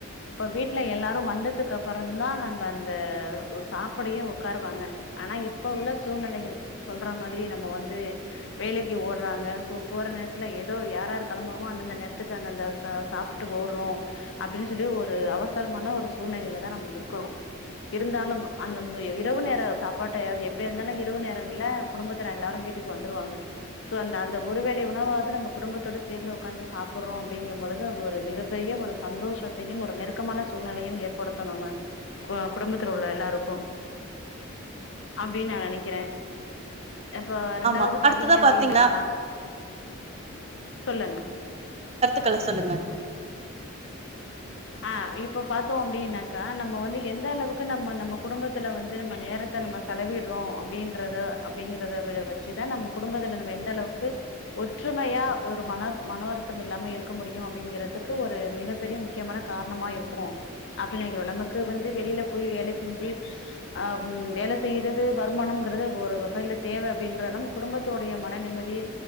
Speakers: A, on the left; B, on the right.
A: இப்ப வீட்ல எல்லாரு வந்ததுக்கப்றந்தா நம்ம அந்த சாப்படையே உக்காருவாங்க ஆனா இப்ப உள்ள சூழ்நிலைகள் சொல்ற மாதிரி நம்ம வந்து வேலைக்கு ஓடறாங்க சோ போற நேரத்துல ஏதோ யாராரு கெளம்பறமோ அந்தந்த நேரத்துக்கு அந்தந்த ச சாப்டுட்டு ஓடறோ அப்டினு சொல்லி ஒரு அவசரமான ஒரு சூழ்நிலையில தா நம்ம இருக்கறோ இருந்தாலும் அந்த இரவு நேர சாப்பாட்டயாது எப்படியாருந்தாலு இரவு நேரம் ங்கள்ல குடும்பத்துல எல்லாரு வீட்டுக்கு வந்துருவாங்க சோ அந்த அந்த ஒரு வேளை உணவாவது நம்ம குடும்பத்தோட சேர்ந்து உக்காந்து சாப்புடறோ அப்படிங்கிம் பொழுது அது ஒரு மிகப்பெரிய ஒரு சந்தோஷத்தையும் ஒரு நெருக்கமான சூழ்நிலையும் ஏற்படுத்து நம்ம கு குடும்பத்துல உள்ள எல்லாருக்கு அப்டின் நா நெனைக்கிறே இப்போ ரெண்டாது
B: ஆமா
A: பாத்தீங்க
B: அடுத்ததா
A: அப்டினாக்கா
B: பாத்தீங்கன்னா
A: சொல்லுங்க
B: ஹலோ சொல்லுங்க
A: ஆ இப்ப பாத்தோ அப்டினாக்கா நம்ம வந்து எந்த அளவுக்கு நம்ம நம்ம குடும்பத்துல வந்து நம்ம நேரத்த நம்ம செலவிடறோ அப்டின்றது அப்படிங்கறத வ வச்சுதா நம்ம குடும்பத்துல நம்ம எந்த அளவுக்கு ஒற்றுமையா ஒரு மன மன வருத்தமில்லாம இருக்க முடியு அப்படிங்கறதுக்கு ஒரு மிகப்பெரிய முக்கியமான காரணமா இருக்கு அப்டின் நெனைக்கிறோ நமக்கு வந்து வெளில போயி வேலை செஞ்சு ஆ வேல செய்யிறது வருமானம்ங்கறது ஒரு வகையில தேவ அப்படின்ற நம் குடும்பத்தொடைய மன நிம்மதி